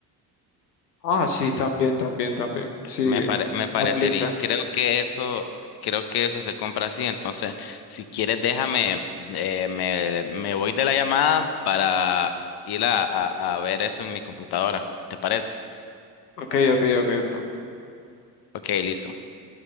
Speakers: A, on the left; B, on the left.
A: Ah, sí, también, también, también. Sí,
B: Me pare- me parecería,
A: aplica.
B: creo que eso, creo que eso se compra así. Entonces, si quieres, déjame, eh, me, me voy de la llamada para ir a, a, a ver eso en mi computadora. ¿Te parece?
A: Ok, ok, ok, bro.
B: Ok, listo.